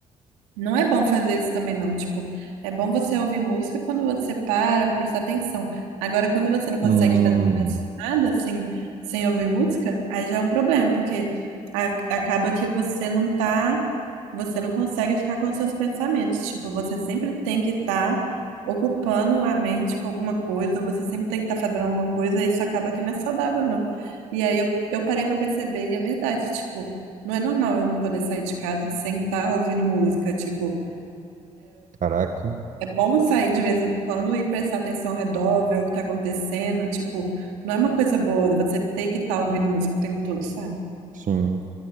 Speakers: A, on the right; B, on the right.
A: Não é bom fazer isso também, não. Tipo, é bom você ouvir música quando você para pra prestar atenção. Agora, quando você não consegue
B: Hum.
A: fazer mais nada assim, sem ouvir música, aí já é um problema, porque a- acaba que você não tá, você não consegue ficar com seus pensamentos. Tipo, você sempre tem que estar ocupando a mente com alguma coisa, você sempre tem que estar fazendo alguma coisa, e isso acaba que não é saudável, não. E aí eu, eu parei pra perceber, e é verdade, tipo. Não é normal eu não poder sair de casa sem estar ouvindo música. Tipo,
B: Caraca.
A: é bom sair de vez em quando e prestar atenção ao redor, ver o que tá acontecendo. Tipo, não é uma coisa boa você ter que estar ouvindo música o tempo todo, sabe?
B: Sim.